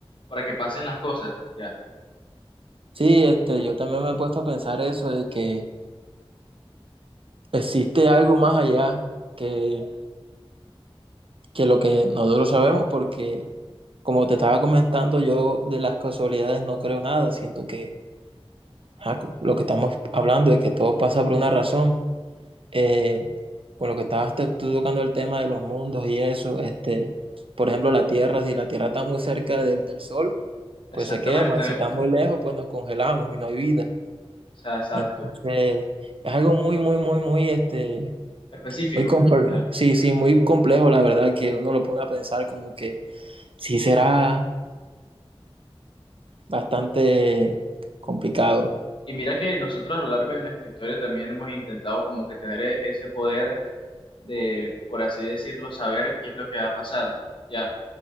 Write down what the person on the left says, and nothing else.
para que pasen las cosas, ya.
Exactamente,
o
sea, exacto,
específico,
ya.
Y mira que nosotros a lo largo de nuestra historia también hemos intentado como que tener e- ese poder de, por así decirlo, saber qué es lo que va a pasar, ya.